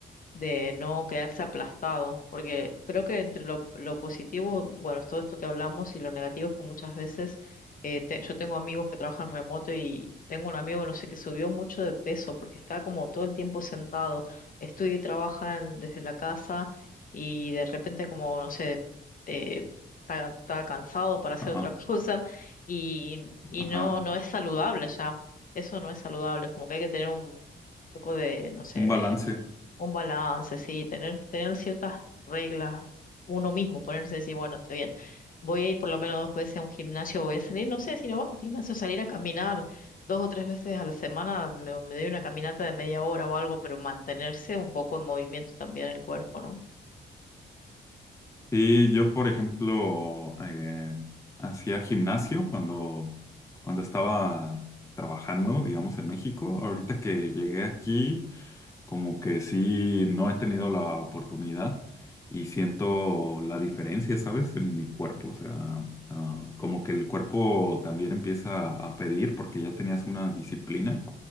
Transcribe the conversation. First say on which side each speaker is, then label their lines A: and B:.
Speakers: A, on the left; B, on the left.
A: de no quedarse aplastado, porque creo que entre lo, lo positivo, bueno, es todo esto que hablamos y lo negativo es que muchas veces eh, te- yo tengo amigos que trabajan remoto y tengo un amigo, no sé, que subió mucho de peso porque está como todo el tiempo sentado, estudia y trabaja en- desde la casa y de repente como, no sé, eh, está, está cansado para hacer
B: ajá,
A: otra <laughs> cosa y, y
B: ajá.
A: no, no es saludable ya. Eso no es saludable, es como que hay que tener poco de, no sé,
B: Un
A: de
B: balance.
A: un balance, sí, tener, tener ciertas reglas, uno mismo, ponerse a decir, bueno, está bien, voy a ir por lo menos dos veces a un gimnasio, voy a salir, no sé, si no va a un gimnasio, salir a caminar dos o tres veces a la semana, me, me doy una caminata de media hora o algo, pero mantenerse un poco en movimiento también el cuerpo, ¿no?
B: Sí, yo, por ejemplo, eh, hacía gimnasio cuando, cuando estaba trabajando, digamos, en México. Ahorita que llegué aquí, como que sí, no he tenido la oportunidad y siento la diferencia, ¿sabes? En mi cuerpo. O sea, ah, como que el cuerpo también empieza a pedir porque ya tenías una disciplina